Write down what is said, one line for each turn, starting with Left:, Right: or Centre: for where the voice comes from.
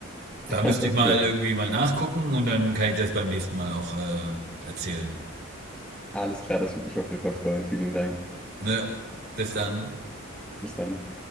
Right: Da
Centre: <laughs>
Right: müsste ich
Centre: Okay.
Right: mal irgendwie mal nachgucken und dann kann ich das beim nächsten Mal auch äh, erzählen.
Centre: Alles klar, das würde mich auf jeden Fall freuen. Vielen lieben Dank.
Right: Ne? Bis dann.
Centre: Bis dann.